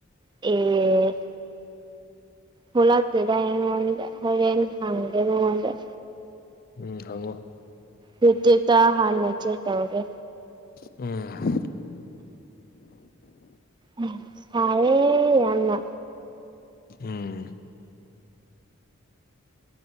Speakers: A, on the right; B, on the left.
A: ꯑꯦ ꯊꯣꯛꯂꯛꯇꯦꯗ ꯑꯩꯉꯣꯟꯗ ꯍꯣꯔꯦꯟ ꯍꯪꯒꯦ ꯃꯥꯉꯣꯟꯗ
B: ꯎꯝ ꯍꯪꯉꯣ
A: ꯌꯨꯇ꯭ꯌꯨꯕ ꯇ ꯍꯥꯟꯅ ꯆꯦꯛ ꯇꯧꯒꯦ
B: ꯎꯝ
A: ꯎꯝ ꯁꯥꯏꯌꯦ ꯌꯥꯝꯅ
B: ꯎꯝ